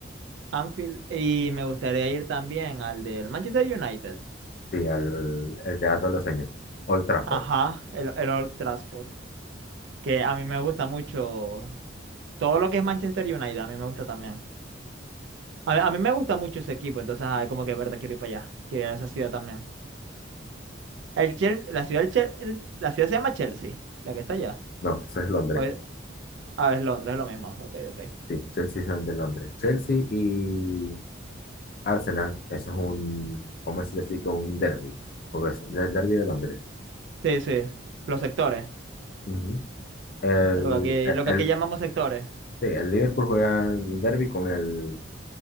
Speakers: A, on the right; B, on the left.
A: Anfield. Y me gustaría ir también al del Manchester United.
B: sí, al- el Teatro de los Sueños, Old Trafford.
A: Ajá, el, el Old Trafford. Que a mí me gusta mucho. Todo lo que es Manchester United, a mí me gusta también. A, a mí me gusta mucho ese equipo, entonces, ay, como que, verdad, quiero ir para allá. Quiero ir a esa ciudad también. El Chelsea, la ciudad, del Chel- el- la ciudad se llama Chelsea, la que está allá.
B: No, eso es Londres.
A: O es- ah, es Londres, es lo mismo. Ok, ok.
B: Sí, Chelsea son de Londres. Chelsea y Arsenal, eso es un, ¿cómo decirlo así? Que un derby, porque es el derby de Londres.
A: Sí, sí, los sectores,
B: Ujú. El,
A: lo que
B: el,
A: aquí, lo que
B: el-
A: aquí llamamos sectores.
B: sí, el Liverpool juega el derby con el,